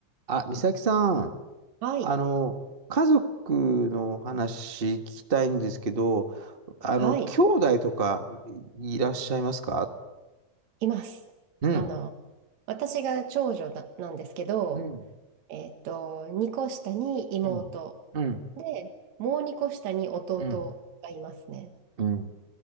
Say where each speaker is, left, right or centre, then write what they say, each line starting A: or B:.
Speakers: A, on the right; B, on the right.
A: あ、美咲さん、
B: はい、
A: あの、家族のお話聞きたいんですけど、あの、
B: はい、
A: 兄弟とかいらっしゃいますか
B: います。
A: うん、
B: あの、私が長女だ、なんですけど、
A: うん、
B: えっと、2個下に妹
A: うん、うん、
B: で、もう2個下に弟がいますね。
A: うん、うん。